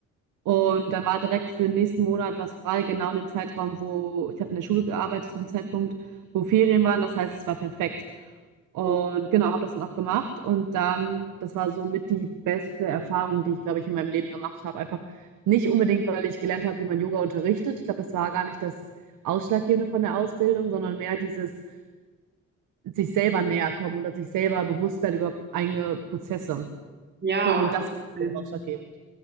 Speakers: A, on the right; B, on the right.
A: Und dann war direkt für den nächsten Monat was frei, genau in dem Zeitraum, wo ich habe in der Schule gearbeitet, zu dem Zeitpunkt, wo Ferien waren. Das heißt, es war perfekt. Und
B: Cool.
A: genau, habe das dann auch gemacht. Und dann, das war so mit die beste Erfahrung, die ich, glaube ich, in meinem Leben gemacht habe. Einfach nicht unbedingt, weil ich gelernt habe, wie man Yoga unterrichtet. Ich glaube, das war gar nicht das Ausschlaggebende von der Ausbildung, sondern mehr dieses sich selber näher kommen oder sich selber bewusst werden über eigene Prozesse.
B: Ja,
A: Und
B: auf jeden
A: das ist so
B: Fall.
A: ausschlaggebend.